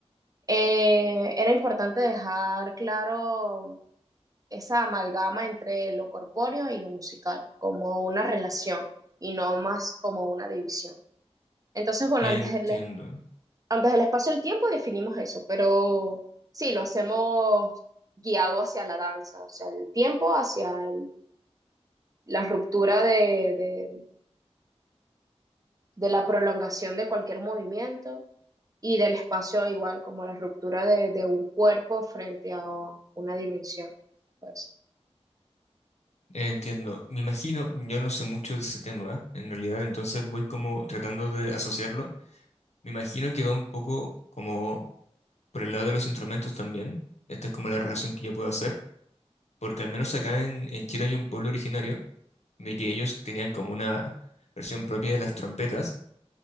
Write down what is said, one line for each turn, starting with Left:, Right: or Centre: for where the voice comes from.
Right: eh, era importante dejar claro esa amalgama entre lo corpóreo y lo musical, como una relación y no más como una división. Entonces, bueno,
Left: entiendo.
Right: antes del antes del espacio y el tiempo definimos eso, pero sí, lo hacemos guiado hacia la danza, o sea, el tiempo hacia el- la ruptura de, de- de la prolongación de cualquier movimiento y del espacio igual, como la ruptura de, de un cuerpo frente a una dimensión. Pues,
Left: Entiendo. Me imagino, yo no sé mucho de ese tema, en realidad, entonces voy como tratando de asociarlo. Me imagino que va un poco como Por el lado de los instrumentos también, esta es como la relación que yo puedo hacer, porque al menos acá en, en Chile hay un pueblo originario de que ellos tenían como una versión propia de las trompetas,